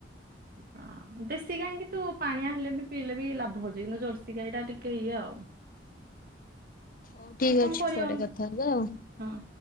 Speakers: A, on the right; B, on the left.
A: ହଁ ଦେଶୀ ଗାଈ କିନ୍ତୁ ପାଣିଆ ହେଲେ ବି ପିଇଲେ ବି ଲାଭ ହଉଛି କିନ୍ତୁ ଜର୍ସି ଗାଈ ଟା ଟିକେ ଇଏ ଆଉ।
B: ହଉ ଠିକ୍
A: ଏ କଣ
B: ଅଛି
A: କରିବ
B: ପରେ କଥା ହବା ଆଉ।
A: ହଁ।